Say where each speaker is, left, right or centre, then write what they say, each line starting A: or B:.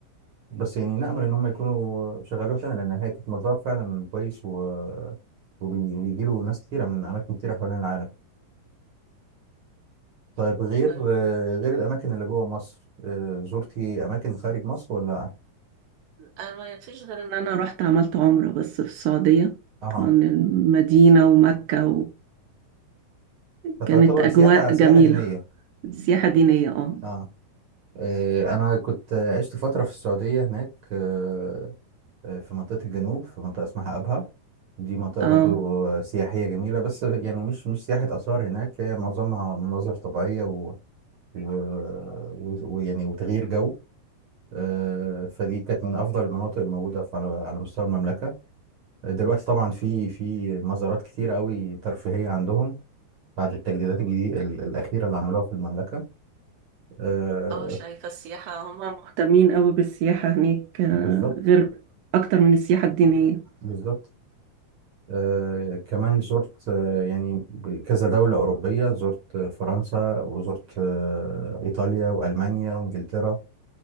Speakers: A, on the right; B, on the right.
A: بس يعني نأمل إن هم يكونوا شغلوها تاني لأن هي كانت مزار فعلا كويس و... وبيجي له ناس كتيرة من أماكن كتيرة حوالين العالم طيب غير
B: طيب
A: آه، غير الأماكن اللي جوه مصر آه، زرتي أماكن خارج مصر ولا لأ؟
B: انا ما فيش غير ان انا رحت عملت عمرة بس في السعودية
A: أها
B: طبعا المدينة ومكة وكانت
A: فتعتبر
B: اجواء
A: سياحة سياحة
B: جميلة
A: دينية
B: سياحة دينية اه
A: أه آه، أنا كنت آه، عشت فترة في السعودية هناك آه، آه، في منطقة الجنوب في منطقة اسمها أبها دي منطقة
B: اه
A: برضو آه، سياحية جميلة بس يعني مش مش سياحة آثار هناك هي معظمها مناظر طبيعية و... و... و- ويعني وتغيير جو آه، فدي كانت من أفضل المناطق الموجودة في- على على مستوى المملكة دلوقتي طبعا في في مزارات كتير قوي ترفيهية عندهم بعد التجديدات الجديدة الأخيرة اللي عملوها في المملكة آه
B: اه شايفة السياحة هم هم مهتمين قوي بالسياحة هناك آه،
A: بالظبط
B: غير اكتر من السياحة الدينية
A: بالظبط آه كمان زرت آه يعني كذا دولة أوروبية زرت آه، فرنسا وزرت آه إيطاليا وألمانيا وإنجلترا